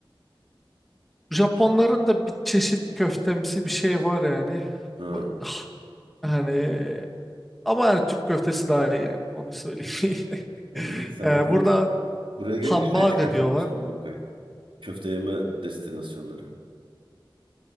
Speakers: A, in the centre; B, on the right.
A: Japonların da bir çeşit köftemsi bir şey var yani.
B: Ha.
A: Bu, ah, yani ama yani Türk köftesi daha iyi yani onu söyleyeyim. <laughs>
B: E, İyi sen
A: Yani
B: o zaman
A: burada
B: buraya gelince
A: hambaga
B: şey çıkartalım
A: diyorlar.
B: sana Nurkay. Köfte yeme destinasyonları.